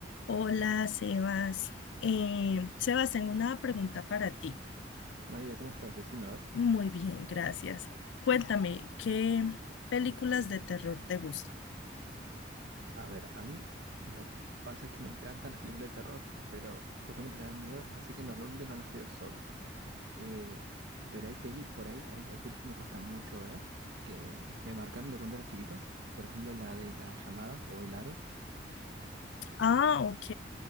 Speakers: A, on the left (about 80°); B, on the right (about 65°).
A: Hola, Sebas. Eh, Sebas, tengo una pregunta para ti.
B: María, ¿cómo estás? Decime, a ver.
A: Muy bien, gracias. Cuéntame, ¿qué películas de terror te gustan?
B: A ver, a mí lo que pasa es que me encantan las películas de terror, pero justamente me dan miedo, así que normalmente no las veo solo. Eh, pero hay pelis por ahí, hay, hay pelis que me cuesta mucho ver, que me marcaron de cuando era chiquito. Por ejemplo, la de La Llamada o El Aro,
A: Ah, ok,